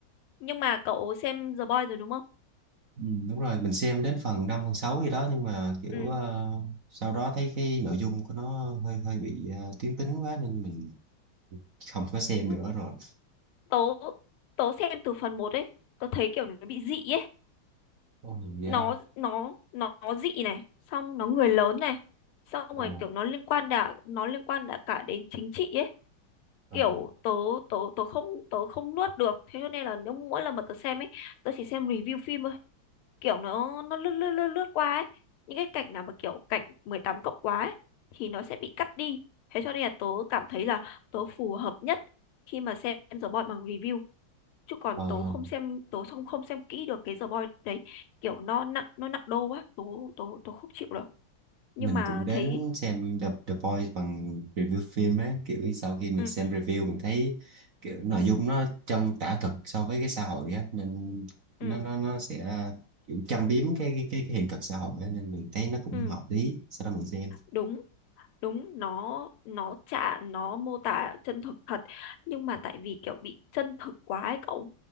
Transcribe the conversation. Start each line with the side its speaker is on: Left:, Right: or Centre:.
Left: nhưng mà cậu xem The Boys rồi đúng không?
Right: Ừ, đúng rồi mình xem đến phần 5 phần 6 gì đó nhưng mà kiểu
Left: Ừ.
Right: ờ, sau đó thấy cái nội dung của nó hơi hơi bị ờ, tuyến tính quá nên mình không có xem
Left: Ừ,
Right: nữa rồi
Left: Tớ tớ xem từ phần một ấy, tớ thấy kiểu nó bị dị ấy,
Right: Ồ, mình ra
Left: nó nó nó nó dị này, xong nó người lớn này, xong rồi
Right: Ồ,
Left: kiểu nó liên quan đã nó liên quan đã cả đến chính trị ấy.
Right: ờ,
Left: Kiểu tớ tớ tớ không tớ không nuốt được, thế cho nên là nếu mỗi lần mà tớ xem ấy, tớ chỉ xem review phim kiểu nó nó lướt lướt lướt lướt qua ấy những cái cảnh nào mà kiểu cảnh 18 cộng quá ấy, thì nó sẽ bị cắt đi thế cho nên là tớ cảm thấy là tớ phù hợp nhất khi mà xem The Boy bằng review chứ còn
Right: ờ,
Left: tớ không xem tớ không không xem kỹ được cái The Boy đấy kiểu nó nặng nó nặng đô quá tớ tớ tớ không chịu được nhưng
Right: mình
Left: mà
Right: cũng đến
Left: thấy
Right: xem The, The Boys bằng review phim á kiểu sau khi mình
Left: ừ
Right: xem review mình thấy kiểu nội dung nó chân tả thực so với cái xã hội á nên nó
Left: ừ
Right: nó nó sẽ kiểu châm biếm cái cái cái, cái hiện thực xã hội á nên mình thấy nó cũng
Left: ừ
Right: hợp lý sau đó mình xem
Left: đúng đúng nó nó chả nó mô tả chân thực thật nhưng mà tại vì kiểu bị chân thực quá ấy cậu